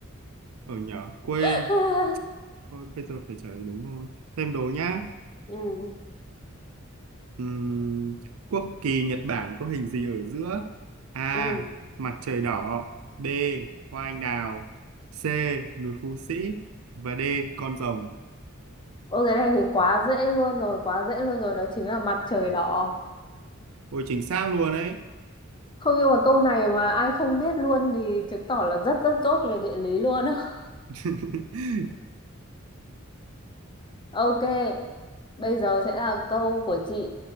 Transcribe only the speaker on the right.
Ở nhở, quên.
Thôi bây giờ phải trả lời đúng thôi. Thêm đố nhá.
Ừm, quốc kỳ Nhật Bản có hình gì ở giữa? A.
Mặt trời đỏ. B. Hoa anh đào. C. Núi Phú Sĩ. Và D. Con rồng.
Ôi chính xác luôn đấy.
<laughs>